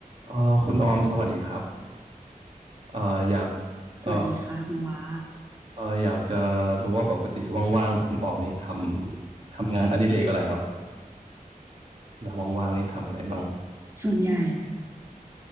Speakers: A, on the right; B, on the right.
A: เอ่อคุณออมสวัสดีครับเอ่ออยากเอ่อ
B: สวัสดีค่ะคุณว่า
A: เอ่ออยากจะรู้ว่าปกติว่างๆคุณออมนี่ทำทำงานอดิเรกอะไรครับเวลาว่างๆนี่ทำอะไรบ้าง
B: ส่วนใหญ่